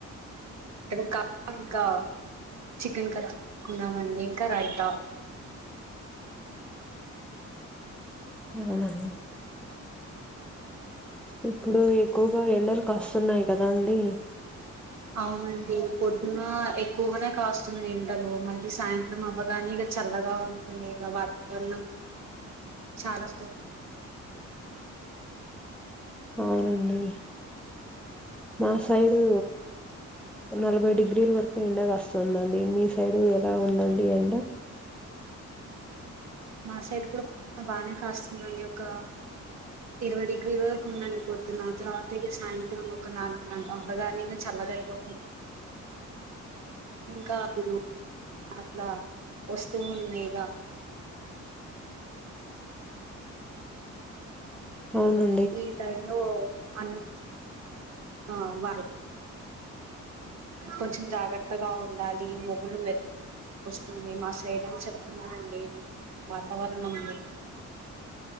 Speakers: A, on the right; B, in the centre.
A: మటన్ కా ఇంకా చికెన్ కర్ చేసుకున్నామండి ఇంకా రైతా
B: అవునా అన్ ఇప్పుడు ఎక్కువగా ఎండలు కాస్తున్నాయి కదా అండి
A: అవునండి పొద్దున ఎక్కువగానే కాస్తుంది ఎండలు మళ్ళీ సాయంత్రం అవ్వగానే చల్లగా ఉంటుంది వాతావరణం చాలా
B: అవునండి మా సైడు నలభై డిగ్రీల వరకు ఎండ కాస్తుందండి మీ సైడ్ ఎలా ఉందండి ఎండ
A: మా సైడ్ కూడా బానే కాస్తుందండి ఒక ఇరవై డిగ్రీల వరకు ఉందని పొద్దున తరువాత సాయంత్రం ఒక నాలుగు గ అవ్వగానే చల్లగయిపోతు ఇంకాప్పులు అట్లా వస్తే లేగా
B: అవును
A: ఈ టైంలో అన్ని ఆ బా కొంచెం జాగ్రత్తగా ఉండాలి మగ్గులు మె వస్తుంది మా సైడ్ అని చెప్తున్నారండి వాతావరణంలో